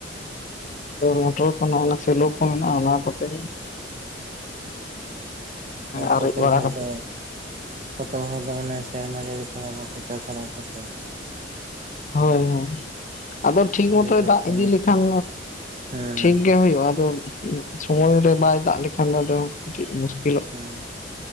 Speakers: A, on the left; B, on the right.
A: ᱢᱚᱴᱚᱨ ᱠᱚ ᱱᱚᱜ ᱥᱮᱞᱳ ᱠᱚ ᱢᱮᱱᱟᱜᱼᱟ ᱚᱱᱟ ᱠᱚᱛᱮ
B: ᱚ ᱛᱚᱠᱚᱛᱮᱵ
A: ᱟᱨᱮᱡ ᱵᱟᱲᱟ
B: ᱦᱚᱲ
A: ᱠᱟᱛᱮᱫ
B: ᱫᱚ ᱠᱚᱛ ᱦᱚᱲ ᱫᱚ ᱢᱟᱱᱮ ᱥᱮᱨᱢᱟ ᱡᱟᱹᱲᱤ ᱪᱷᱟᱲᱟ ᱵᱟᱠᱚ ᱪᱟᱥ ᱫᱟᱲᱮᱭᱟᱜ-ᱟ ᱠᱚᱛᱚ
A: ᱦᱳᱭ ᱦᱳᱭ ᱟᱫᱚ ᱴᱷᱤᱠ
B: ᱟᱹᱰᱤ
A: ᱢᱚᱛᱚᱭ
B: ᱜᱮ
A: ᱫᱟᱜ
B: ᱥᱚᱢᱚᱥᱥᱟ
A: ᱤᱫᱤ ᱞᱮᱠᱷᱟᱱ
B: ᱦᱮᱸ ᱦᱮᱸ
A: ᱴᱷᱤᱠ ᱜᱮ ᱦᱩᱭᱩᱜᱼᱟ ᱟᱫᱚ ᱥᱚᱢᱚᱭ ᱨᱮ ᱵᱟᱭ ᱫᱟᱜ ᱞᱮᱠᱷᱟᱱ ᱫᱚ ᱟᱫᱚ ᱠᱟᱹᱴᱤᱡ ᱢᱩᱥᱠᱤᱞ
B: ᱦᱮᱸ